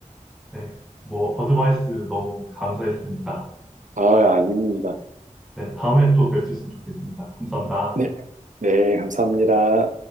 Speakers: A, in the centre; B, on the right (about 70°).
A: 네, 뭐 어드바이스 너무 감사했습니다.
B: 아, 아닙니다.
A: 네, 다음에 또 뵐 수 있으면 좋겠습니다. 감사합니다.
B: 네, 네, 감사합니다.